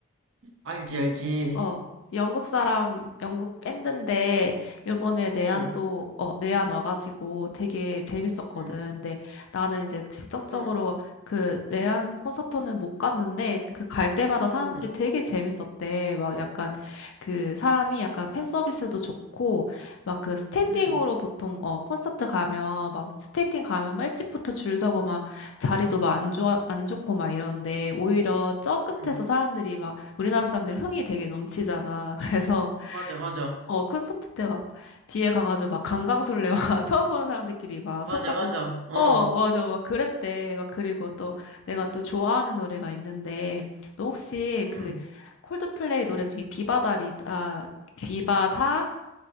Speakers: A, on the right; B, on the left.
A: 알지, 알지.
B: 어, 영국 사람, 영국 밴드인데, 요번에 내한도,
A: 어,
B: 어, 내한 와가지고 되게 재밌었거든.
A: 음,
B: 근데 나는 이제 직접적으로
A: 음,
B: 그 내한 콘서트는 못 갔는데, 그 갈 때마다 사람들이
A: 음,
B: 되게 재밌었대. 막 약간 그 사람이 약간 팬 서비스도 좋고, 막 그 스탠딩으로
A: 음,
B: 보통, 어, 콘서트 가면, 막 스탠딩 가면 막 일찍부터 줄 서고 막 자리도 막 안 좋아, 안 좋고 막 이러는데, 오히려 저 끝에서
A: 음.
B: 사람들이 막 우리나라 사람들이 흥이 되게 넘치잖아. <laughs> 그래서
A: 맞아, 맞아.
B: 어 콘서트 때 막 뒤에 가가지고 막 강강술래 막 <laughs> 처음 보는 사람들끼리 막
A: 맞아,
B: 손잡고
A: 맞아. 어,
B: 어 맞아 막 그랬대. 막 그리고 또 내가 또 좋아하는 노래가 있는데 너 혹시
A: 음.
B: 그 콜드플레이 노래 중에 비바다리다 비바다